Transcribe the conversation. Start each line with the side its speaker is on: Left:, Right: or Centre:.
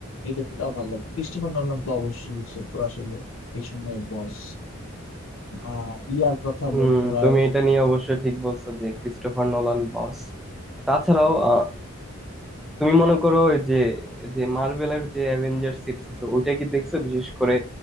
Left: এদেরটাও ভালো লাগে ক্রিস্টোফার নোলান তো অবশ্যই সে তো আসলে এই সময়ের বস আহ ইয়ার কথা
Centre: হুম
Left: বলতে হয়
Centre: তুমি এটা নিয়ে অবশ্য ঠিক বলছো যে ক্রিস্টোফার নোলান বস তাছাড়াও আহ, তুমি মনে করো ওই যে যে মার্ভেলের যে অ্যাভেঞ্জার সিরিজ আছে ওইটা কি দেখছো বিশেষ করে